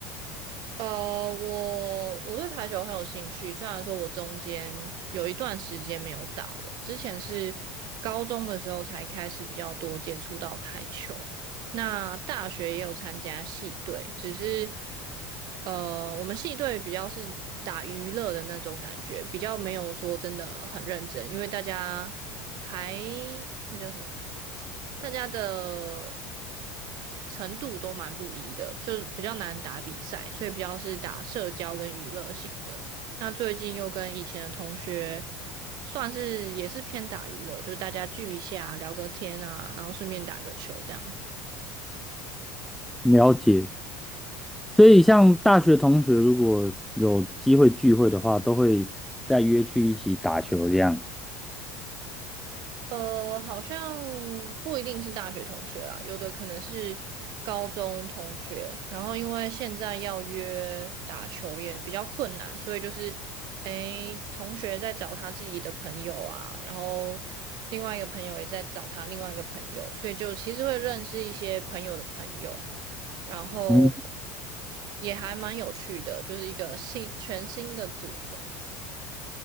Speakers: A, on the right; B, in the centre.
A: 呃，我我对排球很有兴趣，虽然说我中间有一段时间没有打了，之前是高中的时候才开始比较多接触到排球。那大学也有参加系队，只是呃，我们系队比较是打娱乐的那种感觉，比较没有说真的很认真，因为大家还那叫什么，大家的程度都蛮不一的，就比较难打比赛，所以比较是打社交跟娱乐型的。那最近又跟以前的同学，算是也是偏打娱乐，就是大家聚一下，聊个天啊，然后顺便打个球这样子。
B: 了解。所以像大学同学如果有机会聚会的话，都会再约去一起打球这样。
A: 呃，好像不一定是大学同学啦，有的可能是高中同学。然后因为现在要约打球也比较困难，所以就是，诶，同学在找他自己的朋友啊，然后另外一个朋友也在找他另外一个朋友，所以就其实会认识一些朋友的朋友，然后
B: 嗯
A: 也还蛮有趣的，就是一个新全新的组合。